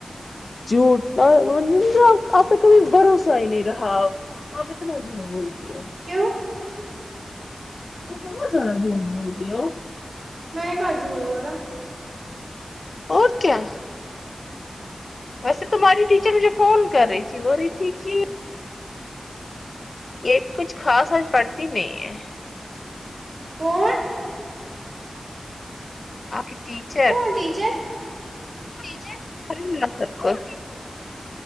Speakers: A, on the left (about 55°); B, on the right (about 70°).
A: جھوٹ انہوں نے نہ آپ پے کبھی بھروسہ ہی نہیں رہا اپ اتنا جھوٹ بول تی ہو
B: کیوں
A: تم کہا زیادہ جھوٹ بولتی ہو
B: میں نے کہا جھوٹ بولا
A: اور کیا ویسے تمہاری ٹیچر مجھے فون کر رہی تھی بول رہی تھی کہ یہ کچھ خاص آج پڑھتی نہیں ہے
B: کون
A: آپ کی ٹیچر
B: کون ٹیچر
A: ٹیچر خالی نفرت کر